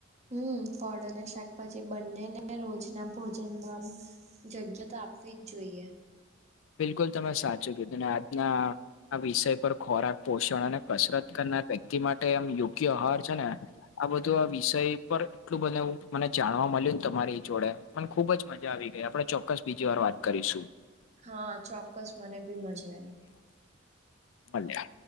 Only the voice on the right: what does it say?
હમ ફળ અને શાકભાજી બંનેને રોજના ભોજનમાં જગ્યા તો આપવી જ જોઈએ.
હા ચોક્કસ મને બી મજા આવી.